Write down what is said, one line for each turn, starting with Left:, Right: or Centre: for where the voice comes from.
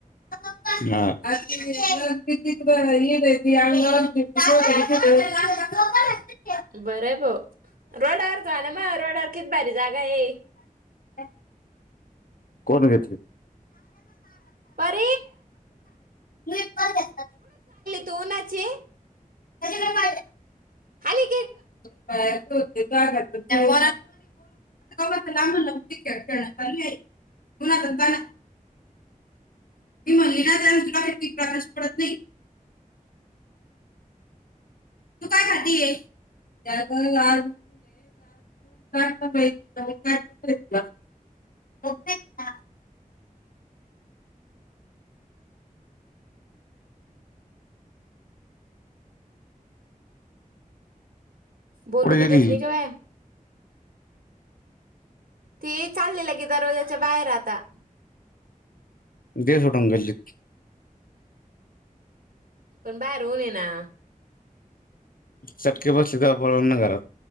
Left: <unintelligible> काय?
Right: बर आहे भा रोडावर त आला मग रोडावर किती भारी जागा आहे.
Left: हा. कोण घेतली?
Right: पर
Left: <unintelligible>
Right: तो नाचे-
Left: <inaudible>
Right: हले.
Left: काय? <inaudible> चालू आहे उनातं न तानात मी म्हणली ना तुला प्रकाश पडत नाही. तू काय करतीए? त्या गळ <unintelligible> अपेक्षा.
Right: बोलू
Left: पुढे
Right: बी
Left: गेली
Right: देत नाही ग बाय. ते चाललेलं गे दरवाजाच्या बाहेर आता.
Left: दे सोडून गल्लीत.
Right: पण बाहेर ऊन ये ना.
Left: चटके बसले का पळेल ना घरात.